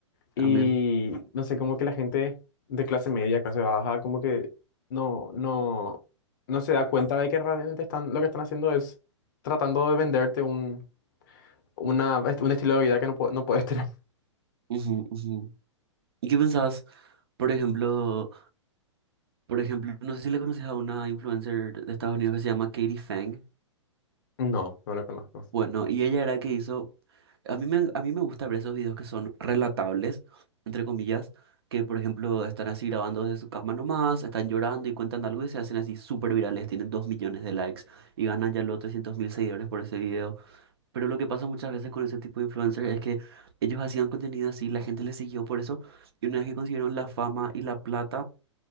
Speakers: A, on the left; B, on the right.
A: Y
B: también.
A: no sé, como que la gente de clase media, clase baja, como que no, no, no se da cuenta de que realmente están, lo que están haciendo es tratando de venderte un, una, un estilo de vida que no, po- no puedes tener. <laughs>
B: Ujú, ujú. ¿Y qué pensás? Por ejemplo, por ejemplo, no sé si le conoces a una influencer de Estados Unidos que se llama Katie Fang.
A: No, no lo conozco.
B: Bueno, y ella era que hizo A mí me, a mí me gusta ver esos videos que son relatables, entre comillas, que por ejemplo están así grabando desde su cama nomás, están llorando y cuentan algo y se hacen así súper virales, tienen dos millones de likes y ganan ya los trescientos mil seguidores por ese video. Pero lo que pasa muchas veces con ese tipo de influencers es que ellos hacían contenido así, la gente les siguió por eso y una vez que consiguieron la fama y la plata,